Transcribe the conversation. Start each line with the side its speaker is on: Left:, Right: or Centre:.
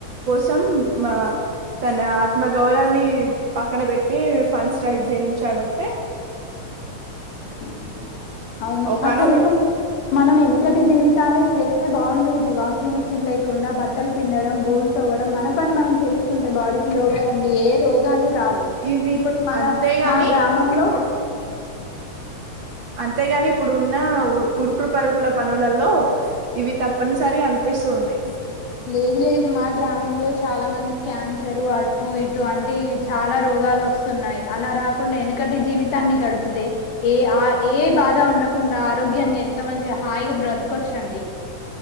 Right: సం మా తన ఆత్మగౌరావాన్ని పక్కన పెట్టి ఫన్స్ రై జయించాడంటే
Left: హ అవును
Right: ఒకనొక
Left: అసలు మనము ఇక్కటి జీవితాలే చేస్తే బాగుండేది వాషింగ్ మిషన్ లేకుండా బట్టలు పిండడం బోల్ తోవ్వడం మన పని మనం చేసుకుంటే బాడీకి యోగా ఉండి ఏ రోగాలు రావు
Right: ఇది
Left: ఇప్పుడు మన
Right: అంతేగాని
Left: మా గ్రామంలో
Right: ఇప్పుడు అంతేగాని ఇప్పుడు ఉన్న ఉరుకులు పరుగుల పనులలో ఇవి తప్పనిసరి అనిపిస్తుంది
Left: లేదు లేదు మా గ్రామ గమంలో చాలా మంది క్యాన్సరు అటు ఇటు అంటి చాలా రోగాలు వస్తున్నాయి అలా రాకుండా వెనకటి జీవితాన్ని గడిపితే ఏ ఆ ఏ బాధ ఉండకుండా ఆరోగ్యంగా ఎంత మంచి హాయిగా బ్రతకొచ్చండి